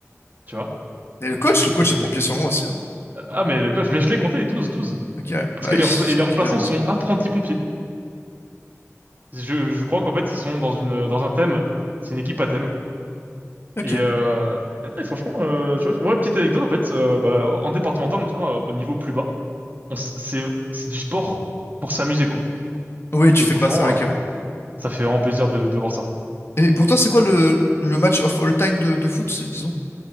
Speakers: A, on the right (about 35°); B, on the left (about 55°).
A: tu vois.
B: Et le coach, le coach
A: Et c'est-
B: est pompier sûrement aussi. hein.
A: Ah, mais le coach, mais je l'ai compté, douze, 12.
B: Ok, ouais.
A: Parce
B: bah
A: que
B: oui,
A: les,
B: c'est
A: rempla- et les
B: une
A: remplaçants
B: équipe de 11.
A: sont
B: ouais.
A: apprentis pompiers. Je, je crois qu'en fait, ils sont dans une, dans un thème. C'est une équipe à thème.
B: Ok.
A: Et, euh, et non, et franchement, euh, tu vois, ouais, petite anecdote, en fait, euh, bah, en départemental, en tout cas, euh, au niveau plus bas, on s- c'est c'est du sport pour s'amuser quoi.
B: Oui, tu
A: Et
B: fais
A: franchement,
B: pas ça. Ouais, ok,
A: euh,
B: ouais.
A: ça fait vraiment plaisir de, de voir ça.
B: Et pour toi, c'est quoi le, le match of all time de, de foot, si- disons?